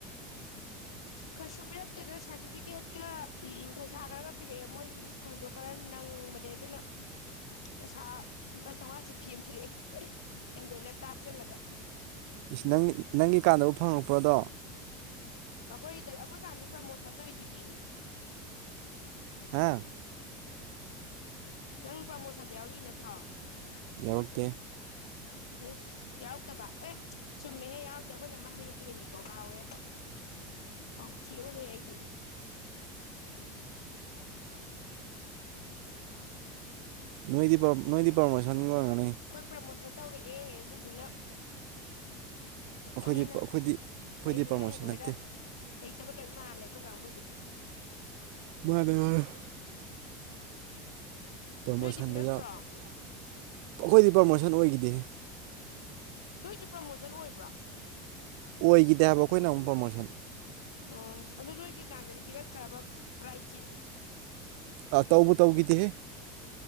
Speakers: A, on the left; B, on the right.
A: ꯀꯩꯁꯨ ꯄꯤꯔꯛꯇꯦꯗ ꯁꯥꯔꯇꯤꯐꯤꯀꯦꯠꯀ ꯄꯩꯁꯥ ꯈꯔꯒ ꯄꯤꯔꯛꯑꯦ ꯃꯣꯏꯒꯤ ꯁ꯭ꯀꯨꯜꯗꯣ ꯈꯔ ꯅꯪ ꯎꯝꯕꯅꯦ ꯑꯗꯨꯅ ꯄꯩꯁꯥ ꯂꯨꯄꯥ ꯆꯥꯃꯉꯥꯁꯨ ꯐꯤ ꯑꯃ ꯄꯤꯔꯛꯑꯦ ꯑꯦꯟꯚꯦ ꯂꯦꯞꯇꯇꯥꯞ ꯆꯠꯂꯒ
B: ꯅꯪ ꯅꯪꯒꯤ ꯀꯥꯟꯅꯕ ꯐꯪꯉꯛꯄ꯭ꯔꯗꯣ
A: ꯑꯩꯈꯣꯏꯗ ꯑꯩꯈꯣꯏ ꯀꯥꯟꯗꯤ ꯄ꯭ꯔꯃꯣꯁꯟ ꯇꯧꯗꯨꯣꯏꯗꯤ
B: ꯍꯥꯦ
A: ꯅꯪ ꯄꯥꯃꯣꯁꯟꯗ ꯌꯥꯎꯔꯤ ꯅꯠꯇ꯭ꯔꯣ
B: ꯌꯥꯔꯛꯛꯇ
A: ꯎꯝ ꯌꯥꯎꯛꯇꯕ ꯑꯦ ꯆꯨꯝꯃꯦꯍꯦ ꯌꯥꯎꯔꯗꯦ ꯑꯩꯈꯣꯏꯅ ꯃꯍ ꯍꯩ ꯍꯦꯜꯂꯤꯀꯣ ꯀꯥꯎꯋꯦ ꯑꯣ ꯀꯦꯎꯂꯤꯗꯤꯦ
B: ꯅꯣꯏꯗꯤ ꯄꯔ ꯄꯥꯔꯃꯣꯁꯟ ꯒꯥ ꯑꯣꯏꯔꯝꯒꯅꯤ
A: ꯑꯩꯈꯣꯏ ꯄ꯭ꯔꯃꯣꯁꯟ ꯇꯧꯔꯛꯑꯦ ꯑꯗꯨꯗꯨꯅ
B: ꯑꯩꯈꯣꯏꯗꯤ
A: ꯑꯅꯤꯅ
B: ꯑꯩꯈꯣꯏꯗꯤ ꯑꯩꯈꯣꯏꯗꯤ
A: ꯍꯩꯔ
B: ꯄ꯭ꯔꯃꯣꯁꯟ
A: ꯍꯩꯔꯣꯏꯔ
B: ꯅꯠꯇꯦ
A: ꯍꯩꯇꯕ ꯂꯣꯏ ꯃꯥꯜꯂꯦ ꯑꯩꯈꯣꯏ ꯀꯥꯡꯕꯨꯗꯤ
B: ꯃꯥꯅꯦ ꯃꯅꯦ ꯄ꯭ꯔꯃꯣꯁꯟꯗ
A: ꯅꯣꯏꯗꯤ ꯄꯤꯔꯛꯇ꯭ꯔꯣ
B: ꯑꯩꯈꯣꯏꯗꯤ ꯄ꯭ꯔꯃꯣꯁꯟ ꯑꯣꯏꯈꯤꯗꯦ
A: ꯅꯣꯏꯁꯨ ꯄ꯭ꯔꯃꯣꯁꯟ ꯑꯣꯏꯕ꯭ꯔꯥ
B: ꯑꯣꯏꯈꯤꯗꯦ ꯍꯥꯏꯕ ꯑꯩꯈꯣꯏꯅ ꯑꯃꯨꯛ ꯄ꯭ꯔꯃꯣꯁꯟ
A: ꯑꯣ ꯑꯗꯨ ꯅꯣꯏꯒꯤꯀꯥꯟꯗꯗꯤ ꯄꯤꯔꯛꯇ꯭ꯔꯕ ꯔꯥꯏꯆꯠ
B: ꯑ ꯇꯧꯕꯨ ꯇꯧꯈꯤꯗꯦꯍꯦ